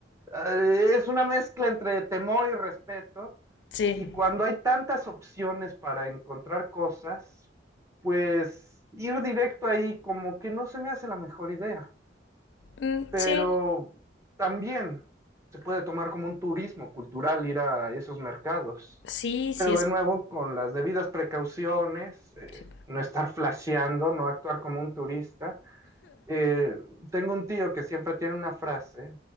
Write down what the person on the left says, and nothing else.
Sí.
Mm,
sí.
Sí, sí
es.
Sí.